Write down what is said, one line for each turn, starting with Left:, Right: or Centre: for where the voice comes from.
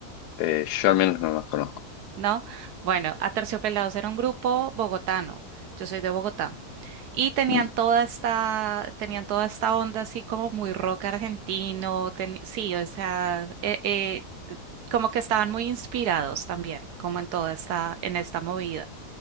Left: Eh, yo al menos no los conozco.
Right: ¿no? Bueno, Aterciopelados era un grupo bogotano. Yo soy de Bogotá. Y tenían
Left: Mm,
Right: toda esta, tenían toda esta onda así como muy rock argentino. teni- sí, o sea, eh, eh, como que estaban muy inspirados también, como en toda esta, en esta movida.